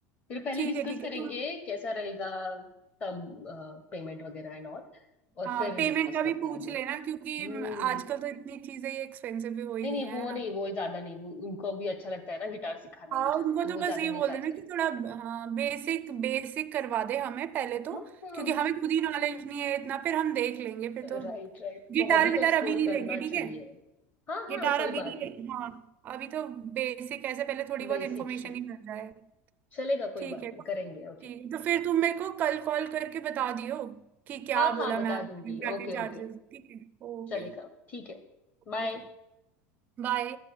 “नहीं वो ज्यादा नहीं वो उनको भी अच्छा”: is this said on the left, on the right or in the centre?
Left